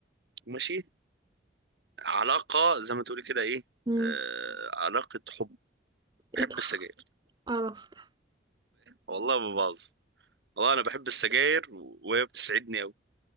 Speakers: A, on the right; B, on the right.
A: ماشي علاقه زي ما تقولي كده ايه
B: امم
A: آه... علاقه حب بحب
B: ايه
A: السجاير
B: القرف ده
A: والله ما بهزر والله انا بحب السجاير و- وهي بتسعدني قوي.